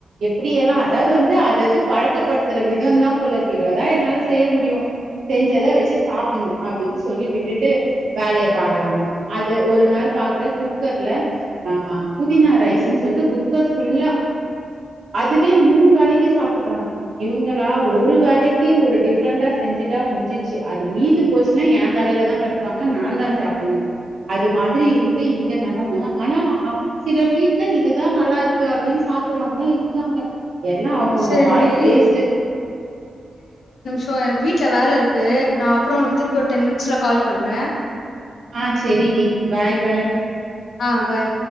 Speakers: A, on the right; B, on the left.
A: எப்புடி எல்லா அதாவுது வந்து அதது பழக்கப்படுத்துற விதோந்தா போலருக்கு இவளதா என்னால செய்ய முடியு செஞ்சத வெச்சி சாப்டனு அப்டின் சொல்லி விட்டுட்டு வேலய பாக்குறாங்க அது ஒரு நாள் பாக்குற குக்கர்ல ஆ புதினா ரைஸுன் சொல்ட்டு குக்கர் ஃபுல்லா அதுவே மூணு வேலைக்கி சாப்புட்றாங்க இவுங்களா ஒரு வேலைக்கி ஒரு டி ஃப்ரெண்டா செஞ்சுட்டா முஞ்சிச்சு அது மீந்து போச்சுன்னா எ தலையில தா கட்டுவாங்க நா தா சாப்புன்னோ அது மாதிரி இருக்கு இங்க நெலம ஆனா அம் சில வீட்ல இதுதா நல்லாருக்கு அப்டின் சாப்புறவங்க இருக்காங்க எல்லா அவுங்கவுங்க
B: சரி
A: வாய் டேஸ்டு
B: சோ எனக் வீட்ல வேல இருக்கு நா அப்புறோ உன் திருப்பி ஒரு டென் மினிட்ஸ்ல கால் பண்ற
A: ஆ செரி டி பாய் பாய்
B: ஆ பாய்